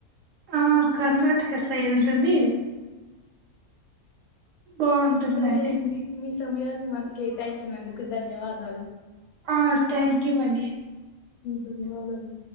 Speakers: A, on the right; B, on the left.
A: ఆ కర్ణ టక సైడు ఉంటుంది బాగుంటుందండి
B: సరే అండి మీ సమయాన్ని మాకు కేటాయించినందుకు ధన్యవాదాలు
A: ఆ థ్యాంక్ యూ అండి
B: ధన్యవాదాలు